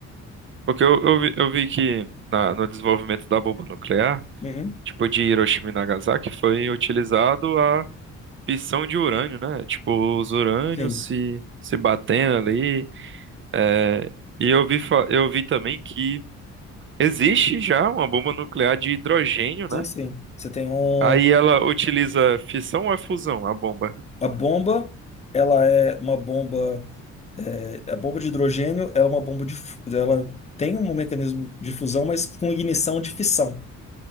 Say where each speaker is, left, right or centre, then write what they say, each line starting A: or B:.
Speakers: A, on the right; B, on the left.
A: Porque eu, eu, vi, eu vi que na- no desenvolvimento da bomba nuclear,
B: Uhum.
A: tipo, de Hiroshima e Nagasaki, foi utilizado a fissão de urânio, né? Tipo, os urânios
B: Sim,
A: se, se batendo ali. É, e eu vi, fa- eu vi também que existe já uma bomba nuclear de hidrogênio, né?
B: sim, sim. Você tem um.
A: Aí ela utiliza fissão ou é fusão, a bomba?
B: A bomba, ela é uma bomba. é, A bomba de hidrogênio, ela é uma bomba de. fu- Ela tem um mecanismo de fusão, mas com ignição de fissão.